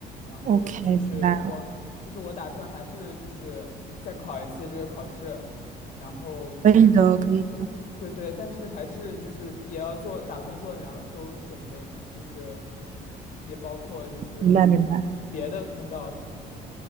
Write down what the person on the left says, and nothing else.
然后就是我，
就是我打算还是就是再考一次这个考试，然后那个，
对对，但是还是就是也要做，打算做两手准备嘛，就是也包括就是
别的通道什么的。